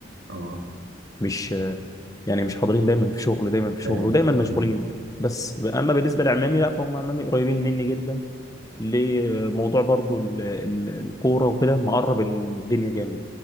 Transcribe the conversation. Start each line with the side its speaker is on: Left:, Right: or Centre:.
Right: اه
Left: مش يعني مش حاضرين دايما في شغل دايما في شغل
Right: فاهم،
Left: ودايما مشغولين
Right: فاهم.
Left: بس اما بالنسبه لعمامي لا فهم عمامي قريبين مني جدا لموضوع برضو ال- ال- الكورة وكده مقرب الدنيا جامد